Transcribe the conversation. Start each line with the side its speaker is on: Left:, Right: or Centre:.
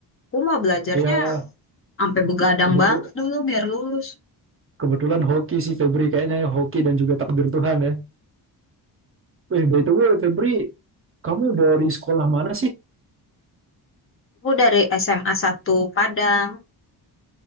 Left: Aku mah belajarnya
Right: Ya,
Left: sampai begadang
Right: kebetu-
Left: banget dulu biar lulus.
Right: kebetulan hoki sih Febri kayaknya ya hoki dan juga takdir Tuhan ya eh by the way Febri kamu dari sekolah mana sih
Left: Aku dari SMA satu Padang.